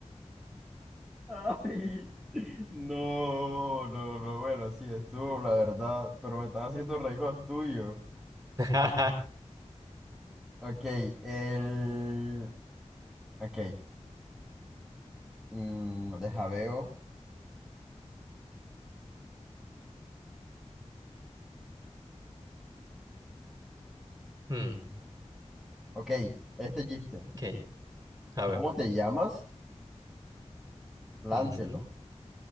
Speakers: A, in the centre; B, on the right (about 25°).
A: Ay, <laughs> No, no, no, bueno, sí, estuvo, la verdad, pero me están haciendo arreglos tuyos.
B: <laughs>
A: Ok, el... Ok, mm, deja veo.
B: Hmm,
A: Ok, este chiste.
B: ok, a
A: ¿Cómo
B: ver.
A: te llamas? Láncelo.
B: ujú.